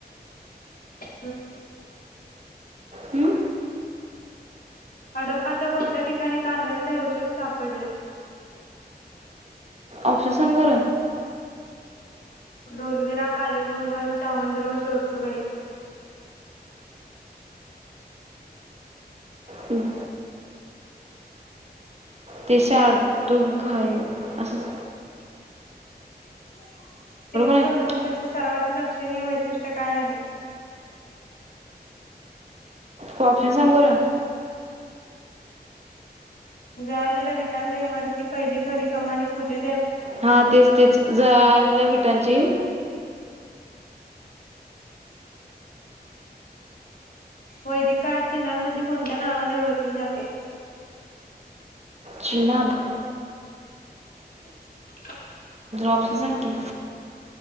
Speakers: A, on the left; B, on the right.
A: हम्
B: हम्म.
A: हडप्पाच्या कोणत्या ठिकाणी कालव्यांचे अवशेष सापडले?
B: ऑप्शन सांग बर
A: ढोलविरा कालिबंगन चाहुद्रो शोर्तुगाई
B: हम्म. तेच्याडतो काय.. अस्
A: ह सिंधू
B: आहे
A: संस्कृतीचे सर्वात.. लक्षणीय वैशिष्ट्य काय आहे?
B: हो ऑप्शन सांग बर...
A: जालेल्या विटांच्या इमारती पहिली खरी कमानी पूजे..
B: हा तेच तेच जळालेल्या विटांची..
A: वैदिकज चिननाब नदी कोणत्या नावाने ओळखली जाते?
B: जिनाब
A: <inaudible>
B: ऑप्शन सांग की..